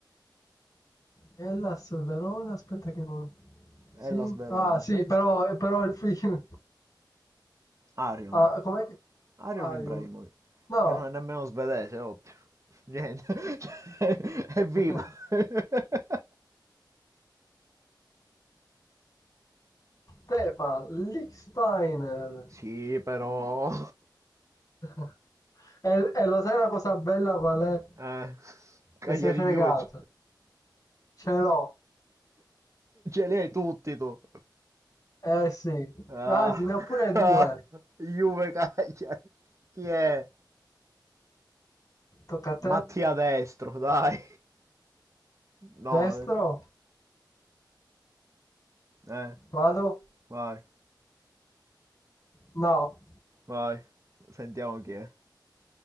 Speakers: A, on the left (about 45°); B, on the right (about 40°).
A: Hellas Verona, aspetta che non...
B: Hellas
A: Sì?
B: Verona,
A: Ah, sì,
B: Svezia,
A: però, eh, però il film...
B: Arion.
A: Ah, com'è che...
B: Arion
A: Arion.
B: Ibrahimovic.
A: No.
B: Che non è nemmeno svedese, ottimo. Niente. <laughs> È viva.
A: <laughs>
B: <laughs>
A: Stefan, Lichtsteiner.
B: Sì, però...
A: <laughs> E, e lo sai la cosa bella qual è?
B: Eh, Cagliari
A: Che sei fregato.
B: Juve. <laughs> Ce
A: Ce l'ho.
B: li hai tutti tu.
A: Eh sì.
B: Ah,
A: Anzi, ne ho pure
B: <laughs>
A: due.
B: ah, Juve Cagliari. Chi è?
A: Tocca a
B: Mattia
A: te.
B: Destro, dai. No,
A: Destro.
B: eh,
A: Vado.
B: vai,
A: No.
B: vai. Sentiamo chi è.